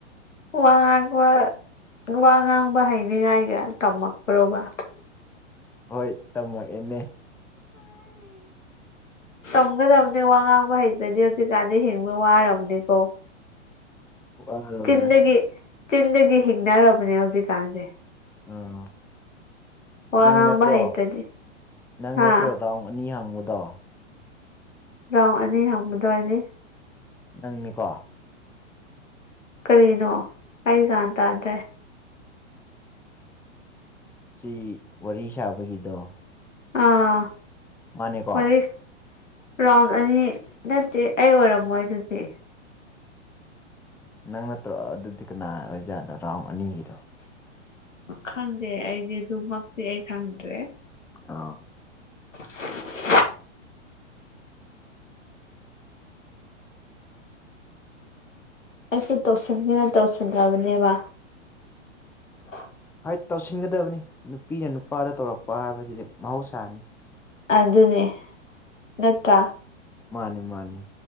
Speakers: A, on the left (about 85°); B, in the centre.
A: ꯋꯥ ꯋꯥ ꯋꯥꯉꯥꯡꯕ ꯍꯩꯅꯤꯡꯉꯥꯏꯒ ꯇꯝꯃꯛꯄ꯭ꯔꯣꯕ
B: ꯍꯣꯏ ꯇꯝꯃꯛꯑꯦꯅꯦ
A: ꯇꯝꯒꯗꯕꯅꯦ ꯋꯥ ꯉꯥꯡꯕ ꯍꯩꯇ꯭ꯔꯥꯗꯤ ꯍꯧꯖꯤꯛꯀꯥꯟꯗꯤ ꯍꯤꯡꯕ ꯋꯥꯔꯕꯅꯤꯀꯣ
B: ꯋꯥꯔꯕꯅꯦ
A: ꯆꯤꯟꯗꯒꯤ ꯆꯤꯟꯗꯒꯤ ꯍꯤꯡꯅꯔꯕꯅꯦ ꯍꯧꯖꯤꯛꯀꯥꯟꯁꯦ
B: ꯑꯥ
A: ꯋꯥ
B: ꯅꯪ
A: ꯉꯥꯡꯕ
B: ꯅꯠꯇ꯭ꯔꯣ
A: ꯍꯩꯇ꯭ꯔꯗꯤ
B: ꯅꯪ
A: ꯍꯥ
B: ꯅꯠꯇ꯭ꯔꯣ ꯔꯥꯎꯟ ꯑꯅꯤ ꯍꯪꯕꯗꯣ
A: ꯔꯥꯎꯟ ꯑꯅꯤ ꯍꯪꯕꯗꯣ ꯍꯥꯏꯗꯤ
B: ꯅꯪꯅꯤꯀꯣ
A: ꯀꯔꯤꯅꯣ ꯑꯩ ꯒꯤꯌꯥꯟ ꯇꯥꯗ꯭ꯔꯦ
B: ꯁꯤ ꯋꯥꯔꯤ ꯁꯥꯕꯒꯤꯗꯣ
A: ꯑꯥ
B: ꯃꯥꯅꯦꯀꯣ
A: ꯋꯥꯔꯤ ꯔꯥꯎꯟ ꯑꯅꯤ ꯅꯠꯇꯦ ꯑꯩ ꯑꯣꯏꯔꯝꯃꯣꯏ ꯑꯗꯨꯗꯤ
B: ꯅꯪ ꯅꯠꯇ꯭ꯔꯣ ꯑꯗꯨꯗꯤ ꯀꯅꯥ ꯑꯣꯏꯖꯥꯠꯅꯣ ꯔꯥꯎꯟ ꯑꯅꯤꯒꯤꯗꯣ
A: ꯈꯪꯗꯦ ꯑꯩꯗꯤ ꯑꯗꯨꯃꯛꯇꯤ ꯑꯩ ꯈꯪꯗ꯭ꯔꯦ
B: ꯑꯣ
A: <unintelligible> ꯑꯩꯁꯦ ꯇꯧꯁꯤꯟꯒꯦꯅ ꯇꯧꯁꯤꯜꯅꯕꯅꯦꯕ <inaudible>
B: ꯍꯣꯏ ꯇꯧꯁꯤꯟꯒꯗꯕꯅꯤ ꯅꯨꯄꯤꯅ ꯅꯨꯄꯥꯗ ꯇꯧꯔꯛꯄ ꯍꯥꯏꯕꯁꯤꯗꯤ ꯃꯍꯧꯁꯥꯅꯤ
A: ꯑꯗꯨꯅꯦ ꯅꯠꯇ꯭ꯔꯥ
B: ꯃꯥꯅꯤ ꯃꯥꯅꯤ